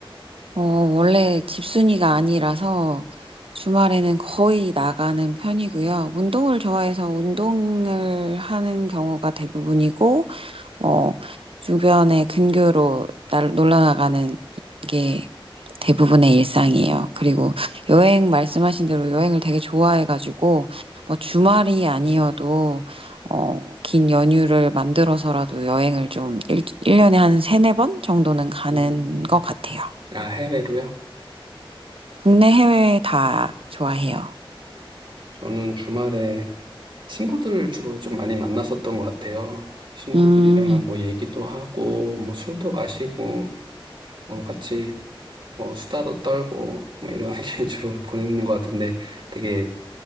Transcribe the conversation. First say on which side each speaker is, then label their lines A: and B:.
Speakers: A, on the right (about 75°); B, on the right (about 60°).
A: 어, 원래 집순이가 아니라서 주말에는 거의 나가는 편이고요. 운동을 좋아해서 운동을 하는 경우가 대부분이고, 어, 주변의 근교로 날, 놀러 나가는 게 대부분의 일상이에요. 그리고 여행 말씀하신 대로 여행을 되게 좋아해가지고 뭐 주말이 아니어도 어, 긴 연휴를 만들어서라도 여행을 좀 일, 일년에한 세네 번 정도는 가는
B: 음, 음.
A: 것 같아요.
B: 아, 해외로요?
A: 국내 해외 다 좋아해요.
B: 저는 주말에 친구들 주로 좀 많이 만났었던 것 같아요. 친구들이랑
A: 음,
B: 뭐 얘기도 하고, 뭐 술도 마시고, 뭐 같이 뭐 수다도 떨고, 뭐 이런 <laughs> 게 주로 보내는 것 같은데 되게